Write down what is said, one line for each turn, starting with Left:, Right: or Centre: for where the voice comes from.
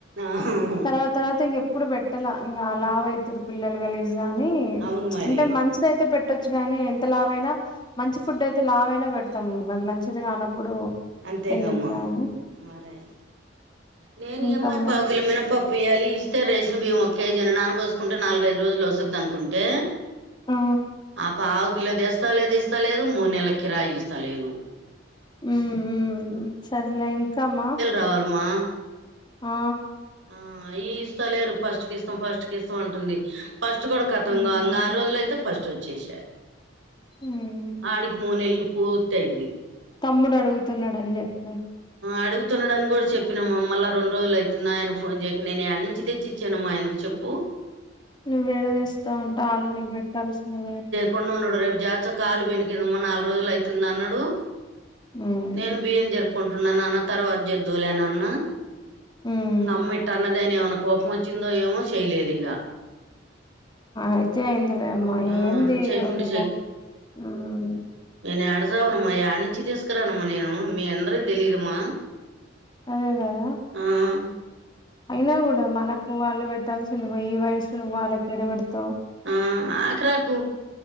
Right: ఆహాహు <unintelligible>
Left: తర్వాత తర్వాత ఇంగేప్పుడు పెట్టాల ఇగ లావైతురు పిల్లలు గలిజ్గా గాని
Right: అవును మరి
Left: అంటే మంచిదైతే పెట్ పెట్టొచ్చు కాని ఎంత లావైనా మంచి ఫుడైతే లావైనా పె మొత్తం అది మంచిది కానప్పుడు
Right: అంతేగమ్మా
Left: ఎందుకుతి అని
Right: మరే నేను
Left: ఇంకమ్మా
Right: ఇయమ పావుకిలా మినప పప్పీయ్యాలి ఇస్తే రేషన్ బియ్యం ఒక్కే జనానబోస్కుంటే నాలుగైదు రోజులోస్తుందనుకుంటే
Left: ఆ
Right: ఆ పావుకిలో తెస్తాలేదు ఇస్తలేదు మూడు నెల కిరాయిస్తలేదు
Left: ఉ ఉ సర్లే ఇంకామ్మా
Right: రావాల్మా
Left: ఆ
Right: ఆ ఇస్తలేరు ఫస్ట్కిఇస్తాం ఫస్ట్కిఇస్తాం అంటుంది. ఫస్ట్ కూడా కతం
Left: ఉమ్
Right: కాగా ఆరు రోజులైతే ఫస్టోచ్చేసా
Left: ఉమ్
Right: ఆడికి మూనెళ్లు పూర్తైంది
Left: తమ్ముడు ఆడుగుతున్నాడని చెప్పు
Right: అడుగుతున్నాడని కూడా చెప్పినామమ్మ రెండ్రోజులు అయితుంది ఆయన ఫోన్ చేయక నేనేడ్నుంచి తెచ్చి చ్చినమ్మా ఆయనకు చెప్పు
Left: నువ్వు ఎడ తెస్తావు ఉంటా వాళ్ళు నీకు పెట్టాల్సినది
Right: కొన్నుడు రేపు జాతార కాలు బెనికిందమ్మా నాల్గు రోజులు ఐతుందన్నాడు
Left: ఉమ్
Right: నేను బియ్యం జెరుప్కుంటున్నా నాన్న తర్వాత చేద్దువులేనన్న
Left: ఉమ్
Right: మమ్మి ఇట్ట అన్నదని ఏమైన కోపం ఓచ్చిందో ఎమో చేయలేదు ఇగ
Left: అయితే అయిందిలేమ్మ
Right: ఆ
Left: ఏంది
Right: చేయకుంటే
Left: ఇగ నువ్వు పో ఉహ్
Right: నేనేడజావనమ్మా ఏడ్నుంచి తీస్కురానమ్మా నేను మీ అందరికి తెలీదమ్మా
Left: అదెకదా
Right: ఆ
Left: అయినా కూడా మనకు వాళ్ళు పెట్టాల్సింది పోయి ఈ వయస్సులో నువ్వు వాళ్ళకేడ పెడ్తావు
Right: ఆ ఆక్రాకు